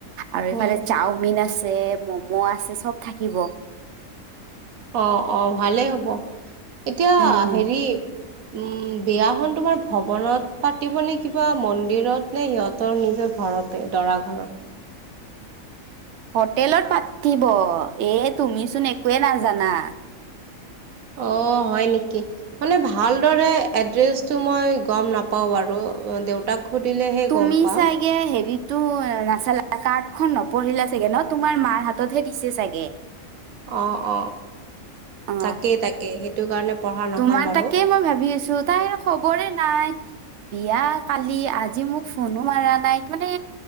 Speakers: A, on the right (about 65°); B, on the right (about 80°).
A: আৰু এইফালে
B: উম,
A: চাওমিন আছে মম' আছে চব থাকিব।
B: অ, অ ভালেই হ'ব এতিয়া
A: উম
B: হেৰি উম, বিয়াখন তোমাৰ ভৱনত পাতিব নে কিবা মন্দিৰত নে সিহঁতৰ নিজৰ ঘৰতে দৰা ঘৰৰ।
A: হোটেলত পাতিব এ তুমিচোন একোৱে নাজানা।
B: অ', হয় নেকি? মানে ভালদৰে এড্ৰেছ টো মই গম নাপাওঁ বাৰু দেউতাক সুধিলেহে
A: তুমি
B: গম পাম
A: চাগে হেৰিটো নাচালা কাৰ্ড খন নপঢ়িলা চাগে ন তোমাৰ মাৰ হাততহে দিছে চাগে।
B: অ, অ
A: অ
B: তাকেই তাকেই সেইটো কাৰণে পঢ়া নহল
A: তোমাৰ
B: বাৰু
A: তাকেই মই ভাবি আছো তাইৰ খবৰে নাই। বিয়া কালি আজি মোক ফোনো মাৰা নাই, মানে